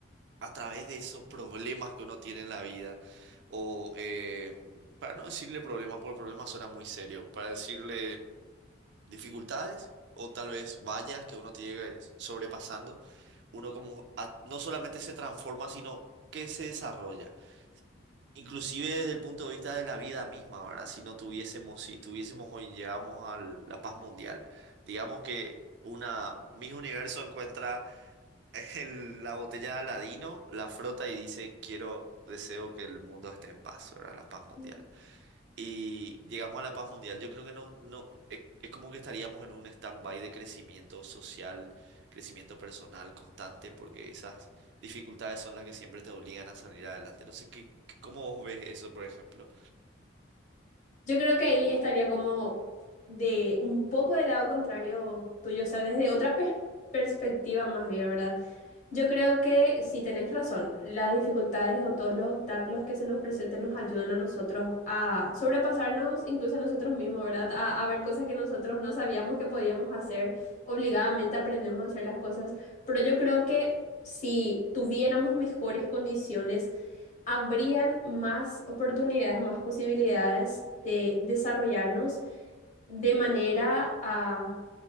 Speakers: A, on the right (about 60°); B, on the left (about 35°).
A: a través de esos problemas que uno tiene en la vida, o eh, para no decirle problemas, porque problemas suena muy serio, para decirle dificultades o tal vez vallas que uno te llega sobrepasando, uno como a- no solamente se transforma, sino que se desarrolla. Inclusive desde el punto de vista de la vida misma, ¿verdad? Si no tuviésemos, si tuviésemos hoy llegamos a la paz mundial, digamos que una Miss Universo encuentra <laughs> el- la botella de Aladino, la frota y dice, quiero, deseo que el mundo esté en paz, ¿verdad? La paz mundial.
B: Ujú.
A: Y llegamos a la paz mundial. Yo creo que no, no, es, es como que estaríamos en un stand-by de crecimiento social, crecimiento personal constante, porque esas dificultades son las que siempre te obligan a salir adelante. No sé qué, qué- cómo vos ves eso, por ejemplo.
B: Yo creo que ahí estaría como de un poco del lado contrario tuyo, o sea, desde otra pers- perspectiva más bien, ¿verdad? Yo creo que sí tenés razón, las dificultades o todos los obstáculos que se nos presenten nos ayudan a nosotros a sobrepasarnos, incluso a nosotros mismos, ¿verdad? A, a ver cosas que nosotros no sabíamos que podíamos hacer, obligadamente aprendemos a hacer las cosas, pero yo creo que si tuviéramos mejores condiciones, habrían más oportunidades, más posibilidades de desarrollarnos de manera a,